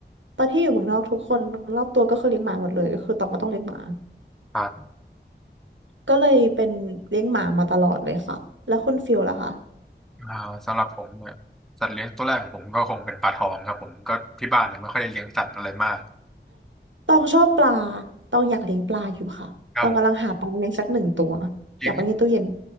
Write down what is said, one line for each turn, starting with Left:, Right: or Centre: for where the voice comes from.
Right: ตอนที่อยู่เมืองนอกทุกคนรอบตัวก็คือเลี้ยงหมาหมดเลยก็คือตองก็ต้องเลี้ยงหมา
Centre: ครับ
Right: ก็เลยเป็นเลี้ยงหมามาตลอดเลยค่ะแล้วคุณฟิลล่ะคะ
Centre: อ่าสำหรับผมเนี่ยสัตว์เลี้ยงตัวแรกของผมก็คงเป็นปลาทองครับผมก็ที่บ้านเนี่ยไม่ค่อยได้เลี้ยงสัตว์อะไรมาก
Right: ตองชอบปลาตองอยากเลี้ยงปลาอยู่ค่ะตองกำลังหาปลาเลี้ยงสักหนึ่งตัว
Centre: ครับผมเลี้ยง
Right: อยากเลี้ยงในตู้เย็น